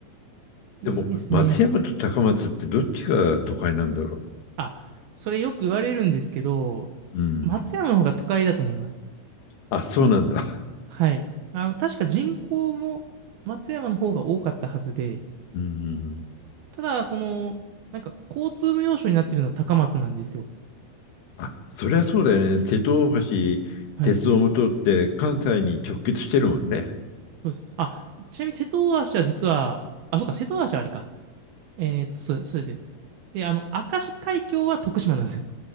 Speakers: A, on the right; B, on the left.
A: いいですね。
B: でも、松山と高松ってどっちが都会なんだろ
A: あ、それよく言われるんですけど、
B: う。うん。
A: 松山の方が都会だと思います。
B: あ、そうなんだ。
A: はい。あの、確か人口も松山の方が多かったはずで、
B: うん。
A: ただ、その、なんか交通の要所になってるのは高松なんですよ。
B: あ、そりゃそうだよね。瀬戸大橋、
A: はい。
B: 鉄道も通って関西に直結してるもんね。
A: そうです。あ、ちなみに瀬戸大橋は実は、あ、そうか、瀬戸大橋はあれか。えーっと、そう、そうですね。で、あの、明石海峡は徳島なんですよ。